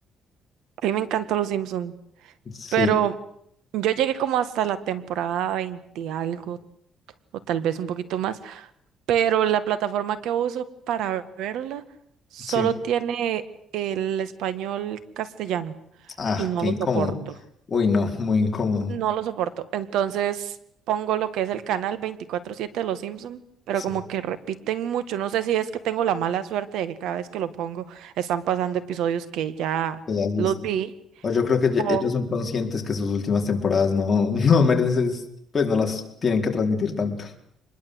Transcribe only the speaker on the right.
A mí me encantó Los Simpson,
pero yo llegué como hasta la temporada 20 algo, o tal vez un poquito más, pero la plataforma que uso para verla solo
tiene el español castellano
y no
lo
soporto.
No lo soporto. Entonces pongo lo que es el canal veinticuatro siete de Los Simpson, pero
como que repiten mucho. No sé si es que tengo la mala suerte de que cada vez que lo pongo están pasando episodios que ya
los vi
o